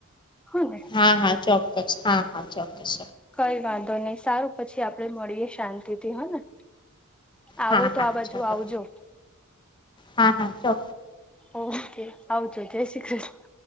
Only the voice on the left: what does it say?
હા હા ચોક્કસ હા હાોક્કસ
હા
હા
ચલો
હા હા ચો